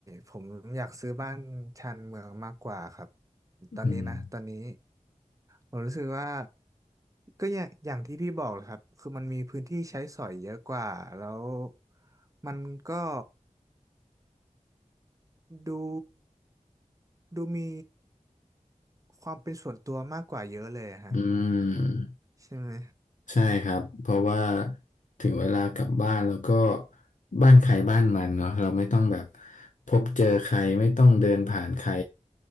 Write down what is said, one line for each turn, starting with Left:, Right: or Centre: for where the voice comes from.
Right: ผมอยากซื้อบ้านชานเมืองมากกว่าครับ
Left: อืม
Right: ตอนนี้นะตอนนี้ผมรู้สึกว่าก็อย่างอย่างที่พี่บอกแหละครับคือมันมีพื้นที่ใช้สอยเยอะกว่าแล้วมันก็ดูดูมีความเป็นส่วนตัวมากกว่าเยอะเลยอะฮะ
Left: อืม
Right: ใช่ไหม
Left: ใช่ครับเพราะว่าถึงเวลากลับบ้านแล้วก็บ้านใครบ้านมันเนาะเราไม่ต้องแบบพบเจอใครไม่ต้องเดินผ่านใคร